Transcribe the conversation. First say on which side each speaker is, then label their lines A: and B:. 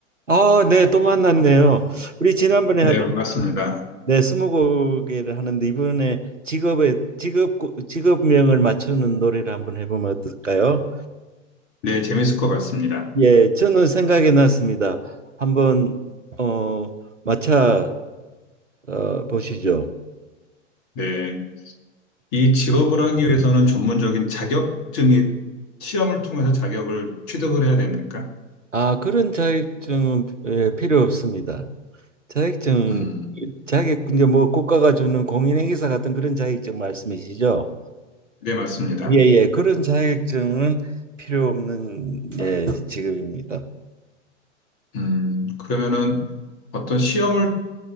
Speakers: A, on the right; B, on the left.
A: 아, 네, 또 만났네요. 우리 지난번에
B: 네,
A: 하던
B: 반갑습니다.
A: 네, 스무고개를 하는데 이번에 직업의 직업 직업명을 맞추는 놀이를 한번 해보면 어떨까요?
B: 네, 재밌을 것 같습니다.
A: 예, 저는 생각이 났습니다. 한번 어 맞춰 어, 보시죠.
B: 네. 이 직업을 하기 위해서는 전문적인 자격증이 시험을 통해서 자격을 취득을 해야 됩니까?
A: 아, 그런 자격증은 예, 필요 없습니다. 자격증
B: 음,
A: 자격 이제 뭐 국가가 주는 공인행위사 같은 그런 자격증 말씀이시죠?
B: 네, 맞습니다.
A: 예예 그런 자격증은 필요 없는 예 직업입니다.
B: 음, 그러면은 어떤 시험을